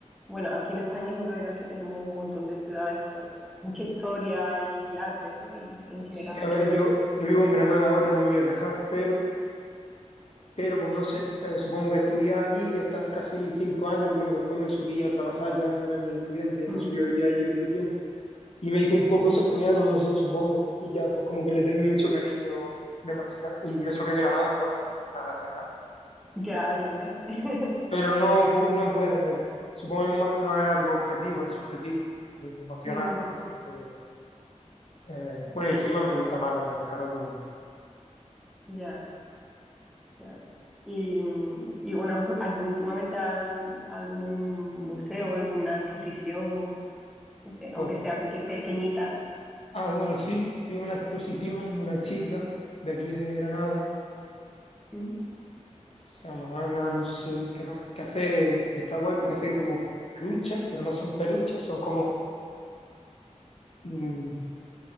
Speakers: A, in the centre; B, on the left.
A: Bueno, aquí en España en realidad es que tenemos un montón de ciudades con mucha historia y arte, ¿no? Y, en general.
B: Sí, a ver, yo, yo vivo
A: Ah,
B: en Granada ahora, no me voy a quejar, pero Pero pues no sé, eh, supongo que estudiaba allí y hasta casi cinco años. Bueno, después me subí a trabajar, ya no era ni estudiante, ya
A: mm,
B: me subí a vivir allí otro tiempo. Y me hice un poco
A: mm.
B: segoviano, no sé, supongo. Y ya pues como que le tengo mucho cariño demasiado. Y eso que Granada, joder, pues, Granada es Granada.
A: Ya, ya ves. <laughs>
B: Pero no, pu- no puedo, me, supongo que es ma- no es algo objetivo, es subjetivo, emocional
A: Mm,
B: más bien. Pero eh, bueno,
A: sí,
B: y el clima me gusta más, la verdad, el calor lo odio.
A: ya. ya. Y, y bueno, ¿has ido últimamente a, algún museo, alguna exposición, no sé,
B: Pues,
A: aunque sea pequi- pequeñita,
B: ah, bueno, sí, fui a una exposición de una chica de aquí de Granada
A: Ujú.
B: Samana, no sé qué qué más. Que hace, está guay porque hace como peluches, pero no son peluches, son como, mm,